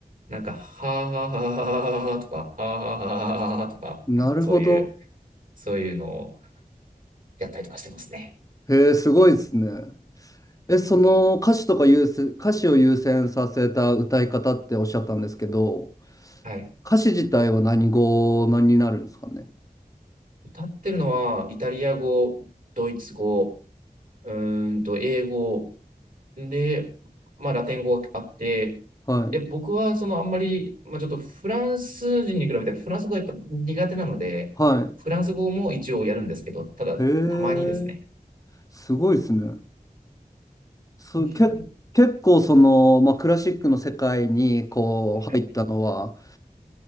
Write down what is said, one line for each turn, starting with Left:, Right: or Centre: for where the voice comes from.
Right: なんか、はあはあはあはあはあとか、はあはあはあはあはあとか、
Left: い。なるほど。
Right: なんかそういう、そういうのをやったりとかしてますね。
Left: へえ、すごいですね。
Right: そうなんです。
Left: え、その歌詞とか優先、歌詞を優先させた歌い方っておっしゃったんですけど、
Right: はい。
Left: 歌詞自体は何語になるんですかね。
Right: 歌ってるのは、イタリア語、ドイツ語、うーんと、英語、で、まあ、ラテン語があって、
Left: はい。
Right: で、僕は、その、あんまり、まあ、ちょっとフランス人に比べて、フランス語がやっぱ苦手なので、
Left: は
Right: フランス語も一応やるんですけど、ただ、
Left: い。へ
Right: たまにですね。
Left: え、すごいですね。そう、
Right: うんうんうん
Left: け、結構その、まあ、クラシックの世界にこう入ったのは、
Right: はい